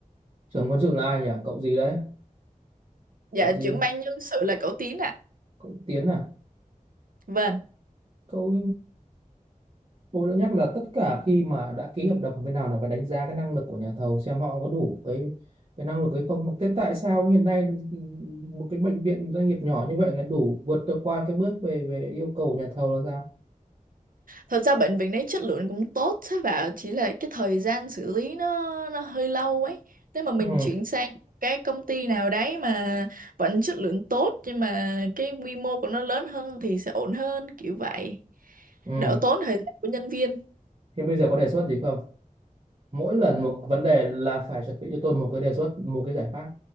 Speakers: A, on the right; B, on the right.
A: trưởng quân sự là ai nhỉ cậu gì đấy
B: dạ
A: cậu gì
B: trưởng ban nhân sự là cậu Tiến ạ
A: cậu Tiến à
B: vâng
A: cậu Tôi đã nhắc là tất cả khi mà đã ký hợp đồng bên nào là phải đánh giá cái năng lực của nhà thầu xem họ có đủ cái cái năng lực hay không. Mà thế tại sao hiện nay một cái bệnh viện doanh nghiệp nhỏ như vậy lại đủ vượt được qua cái bước về về yêu cầu của nhà thầu là sao?
B: thật ra bệnh viện đấy chất lượng cũng tốt sếp ạ chỉ là cái thời gian xử lý nó nó hơi lâu ấy nếu mà mình
A: Ừ,
B: chuyển sang cái công ty nào đấy mà vẫn chất lượng tốt nhưng mà cái quy mô của nó lớn hơn thì sẽ ổn hơn kiểu vậy
A: ừ.
B: đỡ tốn thời gian của nhân viên
A: Thế bây giờ có đề xuất gì không? Mỗi lần một vấn đề là phải chuẩn bị cho tôi một cái đề xuất, một cái giải pháp